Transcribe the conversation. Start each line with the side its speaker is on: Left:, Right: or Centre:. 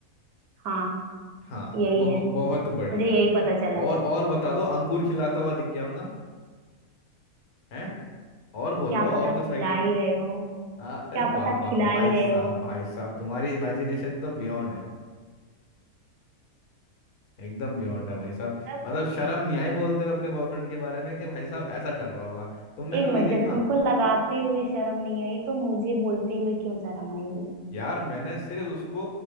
Right: हाँ
Left: हाँ
Right: यही
Left: बहु,
Right: है
Left: बहुत बढ़िया
Right: मुझे यही पता चला है
Left: और और बता दो अंगूर खिलाता हुआ दिख गया होगा हैं और बोल
Right: क्या
Left: लो
Right: पता
Left: और
Right: खिला
Left: कुछ रह गया
Right: ही रहे हो
Left: अरे
Right: क्या
Left: वाह
Right: पता
Left: वाह
Right: खिला
Left: भाई
Right: ही रहे
Left: साहब
Right: हो
Left: भाई साहब तुम्हारी इमेजिनेशन तो बियॉन्ड है एकदम बियॉन्ड है भाई साहब
Right: तब
Left: मतलब शर्म नहीं आई बोलते हुए अपने बॉयफ्रेंड के बारे में कि भाई साहब ऐसा कर रहा होगा तुमने
Right: एक
Left: कभी
Right: मिनट
Left: देखा
Right: जब तुमको लगाते हुए शर्म नहीं आई तो मुझे बोलते हुए क्यों शर्म आएगी
Left: यार मैंने सिर्फ उसको